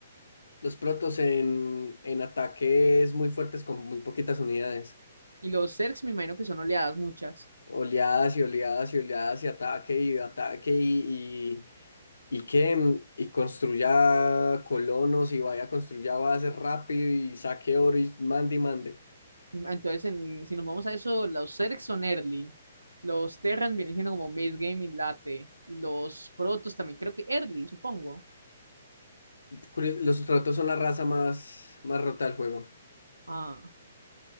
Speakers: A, on the left; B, on the right.
A: Los protos en, en ataque es muy fuertes con muy poquitas unidades.
B: y los Zergs, me imagino que son oleadas muchas.
A: Oleadas y oleadas y oleadas y ataque y ataque y, y, y que mm, y construya colonos y vaya construya bases rápido y saque oro y mande y mande.
B: Y- Entonces, en- si nos vamos a eso, los Zergs son early. Los Terran vienen siendo como mid game y late. Y los Protos también, creo que early, supongo.
A: Curio- Los sustratos son la raza más, más rota del juego.
B: Ah,